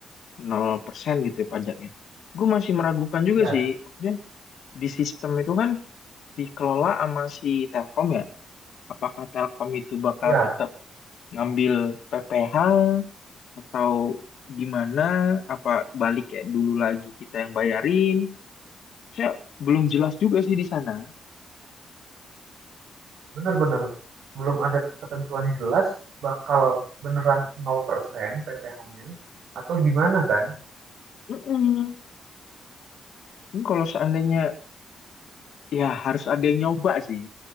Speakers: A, on the left; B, on the right.
A: nol persen gitu ya pajaknya. Gue masih meragukan juga
B: Ya,
A: sih. Maksudnya di sistem itu kan dikelola sama si Telkom ya. Apakah Telkom itu bakal
B: ya.
A: tetap ngambil PPh atau gimana? Apa balik kayak dulu lagi kita yang bayarin? saya belum jelas juga sih di sana.
B: Bener-bener. Belum ada ketentuan yang jelas bakal beneran 0% PPh-nya atau gimana kan?
A: Mm-mm. Ini kalau seandainya ya harus ada yang nyoba sih,